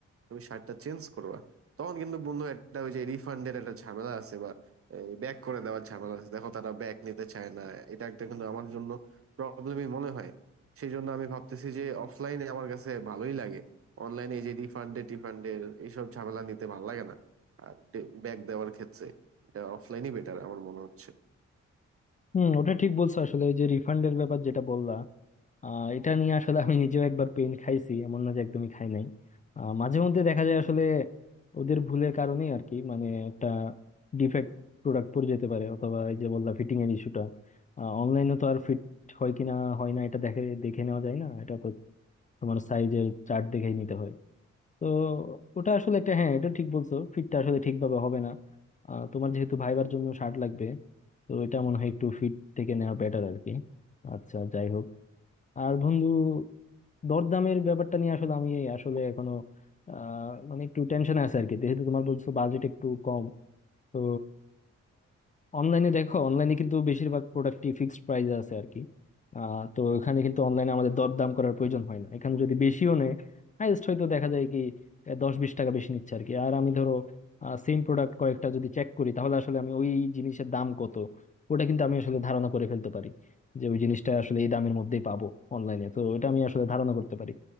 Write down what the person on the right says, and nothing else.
তুমি শার্টটা চেঞ্জ করবা তখন কিন্তু বন্ধু একটা ওই যে রিফান্ডের একটা ঝামেলা আছে বা ব্যাক করে দেওয়ার ঝামেলা আছে দেখো তারা ব্যাক নিতে চায় না এটা একটা কিন্তু আমার জন্য প্রবলেমই মনে হয় সেই জন্য আমি ভাবতেছি যে অফলাইনে আমার কাছে ভালোই লাগে অনলাইনে এই যে রিফান্ডে টিফান্ডের এইসব ঝামেলা নিতে ভালো লাগে না আর ব্যাক দেওয়ার ক্ষেত্রে এটা অফলাইনই বেটার আমার মনে হচ্ছে